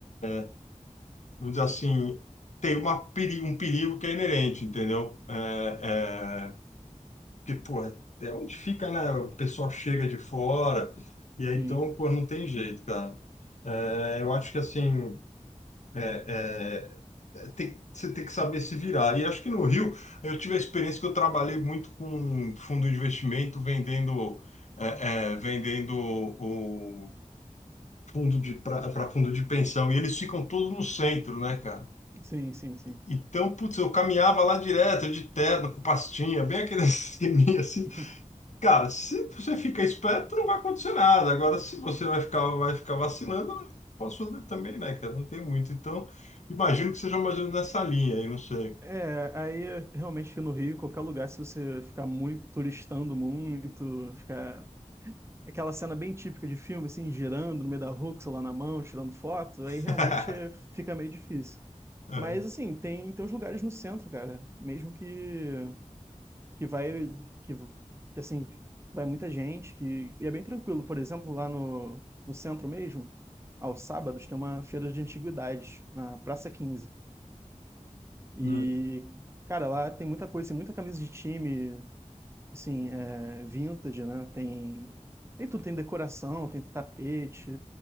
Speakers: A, on the left; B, on the right.
A: é, é, vamos dizer assim, tem uma peri- um perigo que é inerente, entendeu? É, é, porque, pô, é é onde fica, né? O pessoal chega de fora, e aí
B: sim,
A: então, pô, não tem jeito, cara. É, eu acho que assim, é, é, é, tem- você tem que saber se virar. E acho que no Rio, eu tive a experiência que eu trabalhei muito com fundo de investimento, vendendo, é, é, vendendo o fundo de para fundo de pensão, e eles ficam todos no centro, né, cara?
B: sim, sim, sim.
A: Então, putz, eu caminhava lá direto, de terno, com pastinha, bem aquele <laughs> esqueminha assim.
B: <laughs>
A: Cara, se você fica esperto, não vai acontecer nada. Agora, se você vai ficar, vai ficar vacilando, não posso fazer também, né, cara? Não tem muito. Então, imagino que seja mais ou menos nessa linha aí, não sei.
B: É, aí realmente no Rio, qualquer lugar, se você ficar muito turistando muito, ficar Aquela cena bem típica de filme, assim, girando no meio da rua, com o celular na mão, tirando foto, aí realmente
A: <laughs>
B: é, fica meio difícil.
A: É.
B: Mas, assim, tem, tem uns lugares no centro, cara, mesmo que, que vai, que, que, assim, vai muita gente, que, e é bem tranquilo. Por exemplo, lá no, no centro mesmo, aos sábados, tem uma feira de antiguidades, na Praça quinze E,
A: Hum.
B: cara, lá tem muita coisa, tem muita camisa de time, assim, é, vintage, né? Tem, tem tudo, tem decoração, tem tapete